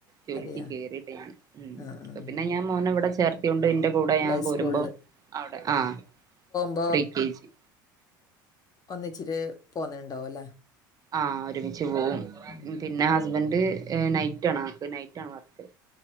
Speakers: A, on the right; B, on the left.
A: ജോലിക്ക്
B: അതെയാ
A: കേറിയ ടൈമിൽ ഉം
B: ആഹ്
A: ഇപ്പൊ
B: ആഹ്
A: പിന്നെ ഞാൻ മോനെ ഇവിടെ ചേർത്തിയൊണ്ട് എന്റെ കൂടെ
B: പ്ലേ
A: ഞാൻ
B: സ്കൂളില്
A: പോരുമ്പോ അവിടെ ആഹ്
B: അപ്പോ
A: പ്രീ കെ ജി
B: ഒന്നിച്ചിട്ട് പോന്നുണ്ടാവും അല്ലേ
A: ആ ഒരുമിച്ച് പോവും
B: ഉം
A: പിന്ന ഹസ്ബൻഡ് ഏ നൈറ്റ് ആണ ആൾക്ക് നൈറ്റ ആണ് വർക്ക്‌